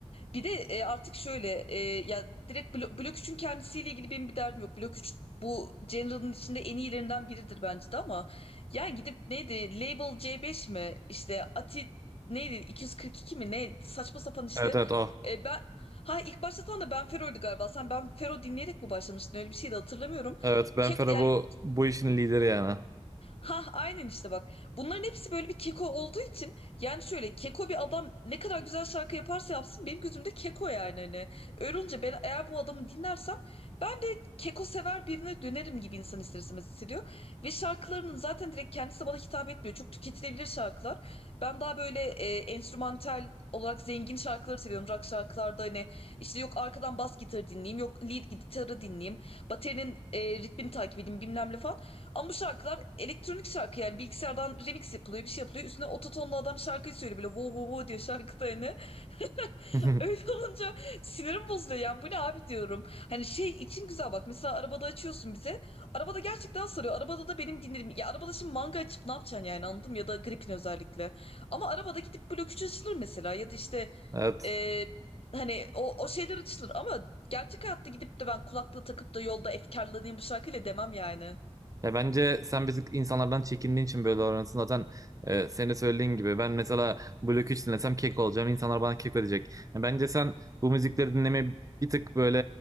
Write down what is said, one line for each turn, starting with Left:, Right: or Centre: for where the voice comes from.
Left: Bir de e, artık şöyle e, ya direkt Blo- Blok üçün kendisiyle ilgili benim bir derdim yok. Blok üç bu General'ın içinde en iyilerinden biridir bence de ama yani gidip neydi Label C5 mi işte Ati neydi 242 mi ne saçma sapan işte
Right: Evet evet o.
Left: E, ben ha ilk başlatan da Ben Fero'ydu galiba sen Ben Fero dinleyerek mi başlamıştın öyle bir şey de hatırlamıyorum.
Right: Evet Ben
Left: Kek,
Right: Fero
Left: yani
Right: bu, bu işin lideri yani.
Left: Ha aynen işte bak. Bunların hepsi böyle bir keko olduğu için yani şöyle keko bir adam ne kadar güzel şarkı yaparsa yapsın benim gözümde keko yani hani. Öyle olunca ben eğer bu adamı dinlersem ben de keko sever birine dönerim gibi insan ister istemez hissediyor. Ve şarkılarının zaten direkt kendisi de bana hitap etmiyor. Çok tüketilebilir şarkılar. Ben daha böyle e, enstrümantal olarak zengin şarkıları seviyorum. Rock şarkılarda hani işte yok arkadan bas gitarı dinleyeyim, yok lead gitarı dinleyeyim, baterinin e, ritmini takip edeyim bilmem ne falan. Ama bu şarkılar elektronik şarkı yani bilgisayardan remix yapılıyor bir şey yapılıyor. Üstüne ototonla adam şarkıyı söylüyor böyle wow wow wow diyor şarkıda hani. <laughs>
Right: <laughs>
Left: Öyle olunca sinirim bozuluyor yani bu ne abi diyorum. Hani şey için güzel bak mesela arabada açıyorsun bize. Arabada gerçekten sarıyor. Arabada da benim dinlerim. Ya arabada şimdi manga açıp ne yapacaksın yani anladım, Ya da gripin özellikle. Ama arabada gidip blok 3 açılır mesela ya da işte
Right: Evet.
Left: e, hani o, o şeyler açılır ama gerçek hayatta gidip de ben kulaklığı takıp da yolda efkarlanayım bu şarkıyla demem yani.
Right: Ya bence sen biz insanlardan çekindiğin için böyle davranıyorsun. Zaten e, senin de söylediğin gibi ben mesela Blok 3 dinlesem kek olacağım. İnsanlar bana kek ödeyecek. Ya bence sen bu müzikleri dinlemeyi bir tık böyle